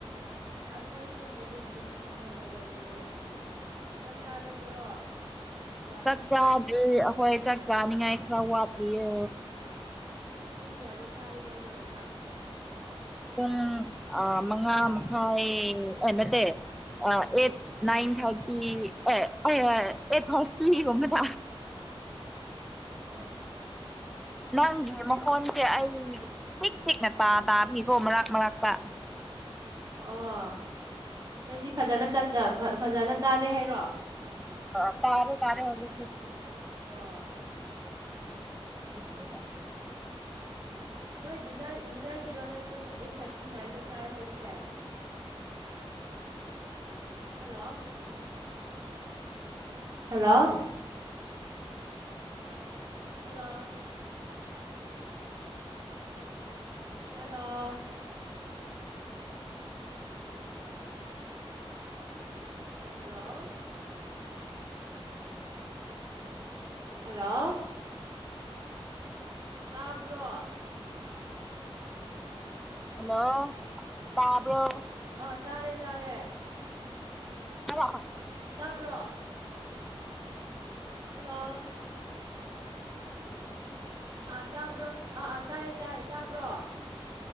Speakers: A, on the right; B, in the centre.
A: ꯑꯩꯈꯣꯏꯁꯨ ꯍꯧꯖꯤꯛ ꯑꯗꯨꯝ ꯐꯝꯃꯒ ꯂꯩꯌꯦ ꯆꯥꯛ ꯆꯥꯔꯕ꯭ꯔꯣ ꯂꯟꯁ
B: ꯆꯥꯛꯀꯗꯤ ꯑꯩꯈꯣꯏ ꯆꯥꯛ ꯆꯥꯅꯤꯡꯉꯥꯏ ꯈꯔ ꯋꯥꯠꯂꯤꯌꯦ
A: ꯄꯨꯡ ꯀꯌꯥꯗ ꯆꯥꯅꯣ ꯅꯣꯣꯏ ꯆꯥꯛ
B: ꯄꯨꯡ ꯃꯉꯥ ꯃꯈꯥꯏ ꯅꯠꯇꯦ ꯑꯠꯏꯟ ꯊꯥꯔꯇꯤ ꯐꯔꯇꯤꯃꯦ ꯊ
A: ꯑꯣ
B: ꯅꯪꯒꯤ ꯃꯣꯟꯁꯦ ꯄꯤꯛ ꯄꯤꯛ ꯅꯠꯇ ꯄꯥ ꯇꯥꯕꯤ ꯀꯣ ꯃꯔꯛꯥꯛ ꯃꯔꯛꯥꯛ ꯄꯥ
A: ꯑꯣ ꯍꯧꯛꯇ ꯐꯖꯅ ꯐꯖꯅ ꯇꯥꯗꯦ ꯍꯥꯏꯔꯣ
B: ꯑ ꯇꯥꯎꯔꯦ ꯇꯥꯔꯦ ꯍꯧꯖꯤ
A: ꯑꯣ ꯎꯝ
B: ꯎꯝ
A: ꯅꯣꯏꯔ ꯗꯤꯟꯅꯔꯒꯤꯔꯣ ꯅꯣꯏ ꯄꯨꯡ ꯑꯩꯠ ꯊꯥꯔꯇꯤ ꯅꯥꯏꯟꯗ ꯆꯥꯏ ꯍꯥꯏꯁꯦ <inaudible> hello hello hello hello hello hello ꯇꯥꯕ꯭ꯔꯣ
B: ꯍꯜꯂꯣ ꯇꯥꯕ꯭ꯔꯣ
A: ꯑꯥ ꯇꯥꯔꯦ ꯇꯥꯔꯦ
B: ꯇꯣ
A: ꯇꯥꯕ꯭ꯔꯣ ꯍꯜꯂꯣ ꯑꯥ ꯇꯥꯕ꯭ꯔꯣ ꯑꯥ ꯑꯥ ꯇꯥꯏꯌꯦ ꯇꯥꯏꯌꯦ ꯇꯥꯕ꯭ꯔꯣ